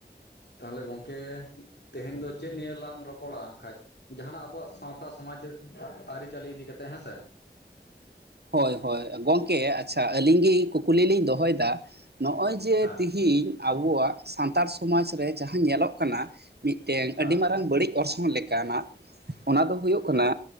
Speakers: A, on the left (about 70°); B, on the right (about 65°).
A: ᱛᱟᱦᱚᱞᱮ ᱜᱚᱝᱠᱮ ᱛᱮᱦᱮᱧ ᱫᱚᱼᱼ ᱪᱮᱫ ᱱᱤᱭᱟᱹ ᱞᱟᱝ ᱨᱚᱯᱚᱲᱟ ᱠᱷᱟᱡ ᱡᱟᱦᱟᱱᱟᱜ ᱟᱵᱚᱣᱟᱜ ᱥᱟᱶᱛᱟ ᱥᱚᱢᱟᱡᱽ ᱟᱹᱨᱤᱪᱟᱹᱞᱤ ᱤᱫᱤ ᱠᱟᱛᱮᱫ ᱦᱮᱸ ᱥᱮ?
B: ᱦᱳᱭ ᱦᱳᱭ ᱜᱚᱢᱠᱮ ᱟᱪᱪᱷᱟ ᱟᱹᱞᱤᱧ ᱜᱮ ᱠᱩᱠᱞᱤ ᱞᱤᱧ ᱫᱚᱦᱚᱭ ᱮᱫᱟ? ᱱᱚᱜᱼᱚᱭ ᱡᱮ
A: ᱦᱮᱸ
B: ᱛᱤᱦᱤᱧ ᱟᱵᱚᱣᱟᱜ ᱥᱟᱱᱛᱟᱲ ᱥᱚᱢᱟᱡᱽ ᱨᱮᱼᱼ ᱡᱟᱦᱟᱸ ᱧᱮᱞᱚᱜ ᱠᱟᱱᱟ ᱢᱤᱫᱴᱮᱱ
A: ᱦᱮᱸ
B: ᱟᱹᱰᱤ ᱢᱟᱨᱟᱝ ᱵᱟᱹᱲᱤᱡ ᱚᱨᱥᱚᱝ ᱞᱮᱠᱟᱱᱟᱜ᱾ ᱚᱱᱟ ᱫᱚ ᱦᱩᱭᱩᱜ ᱠᱟᱱᱟ
A: ᱦᱮᱸ